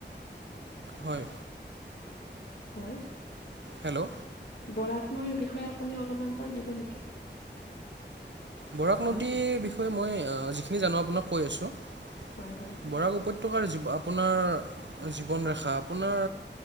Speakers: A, on the right; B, on the left.
A: হয়।
B: হয়।
A: হেল্ল'
B: বৰাক নৈৰ বিষয়ে আপুনি অলপমান কৈ দিব নেকি?
A: বৰাক
B: হেল্ল'
A: নদীৰ বিষয়ে মই যিখিনি জানো আপোনাক কৈ আছো। বৰাক
B: হয় হয় হয়
A: উপত্যকাৰ‌ জীৱ আপোনাৰ জীৱন ৰেখা আপোনাৰ